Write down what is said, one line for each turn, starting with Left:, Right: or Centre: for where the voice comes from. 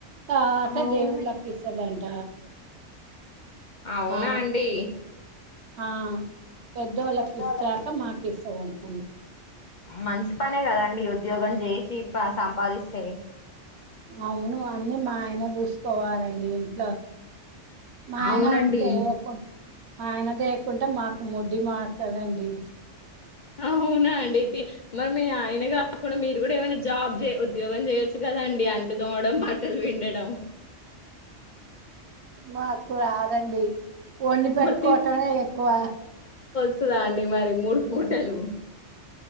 Right: తావతా
Left: అవునా
Right: దేవుళ్ళకి ఇస్తదంట
Left: అవునా
Right: ఆ
Left: అండి
Right: ఆ పెద్దోళ్ళకి
Left: పెద్దోళ్ళ
Right: ఇస్త్యాక మాకిస్తదంట అండి
Left: మంచి పనే కదండి ఉద్యోగం జేసి పా సంపాదిస్తే
Right: అవును అన్నీ మా ఆయన చూసుకోవాలండి ఇంట్లో మాఆయనైతే
Left: అవునండి
Right: కొ మాయనదే కుంటే మాకు ముడ్డి మారుతదండి
Left: ఆహు అవునా అండి అతే మరి మీ ఆయన కాకుండ మీరు కూడ ఏమైన జాబ్ చే ఉద్యోగం చేయొచ్చు కదా అండి లు తోమడం బట్టలు పిండడం
Right: మాకు రాదండి వండి పెట్టుకోవటమే
Left: మరి
Right: ఎక్కువ
Left: వస్తుదా అండి మరి మూడు పూటలు